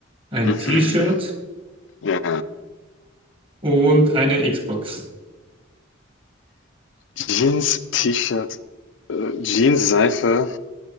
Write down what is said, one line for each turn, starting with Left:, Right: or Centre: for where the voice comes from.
Right: ein
Left: Mhm.
Right: T-Shirt
Left: Ja.
Right: und eine Xbox.
Left: Jeans, T-Shirt, äh, Jeans, Seife,